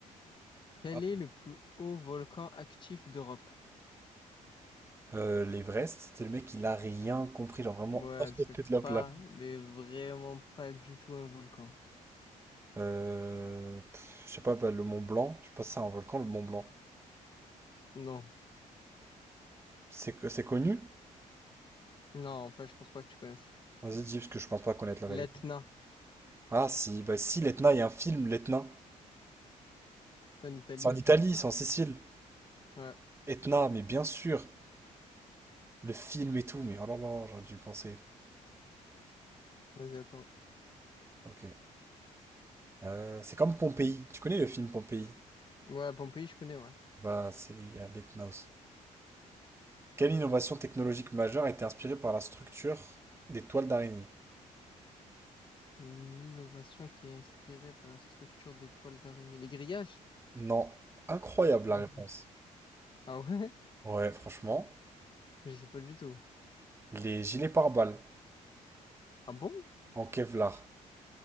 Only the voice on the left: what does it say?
Quel
est le plus haut volcan actif d'Europe?
Ouais,
c'est
pas, mais vraiment pas du tout un volcan.
Non,
non, en fait, je pense pas que tu connaisses.
L'Etna,
c'est en Italie.
Ouais,
vas-y, attends.
Ouais, Pompéi, je connais, ouais.
Une innovation qui est inspirée par la structure des toiles d'araignée. Les grillages?
<laughs>
Hum. Ah ouais?
Je sais pas du tout.
Ah bon?